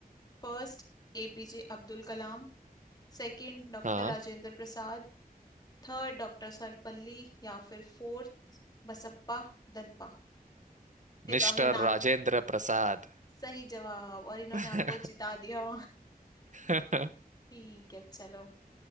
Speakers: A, on the left; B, on the right.
A: First APJ Abdul Kalam Second doctor
B: हाँ
A: Rajendra Prasad Third doctor Sarvepalli या फिर फोर्थ बसप्पा दनपा ये तो
B: मिस्टर
A: हमने नाम
B: राजेंद्र प्रसाद
A: सही जवाब और इन्होंने
B: <laughs>
A: आपको जिता दिया
B: हाँ,
A: <laughs> ठीक है चलो